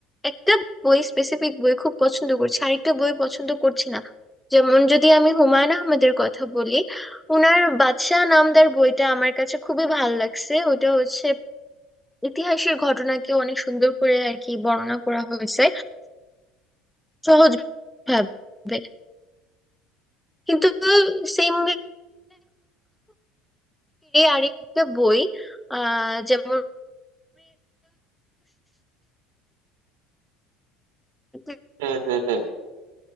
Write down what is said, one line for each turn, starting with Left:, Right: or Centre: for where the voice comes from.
Centre: একটা বই স্পেসিফিক বই খুব পছন্দ করছি আরেকটা বই পছন্দ করছি না যেমন যদি আমি হুমায়ুন আহমেদের কথা বলি ওনার বাদশাহ নামদার বইটা আমার কাছে খুবই ভালো লাগছে ওটা হচ্ছে ইতিহাসের ঘটনাকে অনেক সুন্দর করে আর কি বর্ণনা করা হয়েছে সহজ ভাবে কিন্তু সেম আরেকটা বই আহ যেমন প্রিয়তম
Right: হ্যাঁ হ্যাঁ হ্যাঁ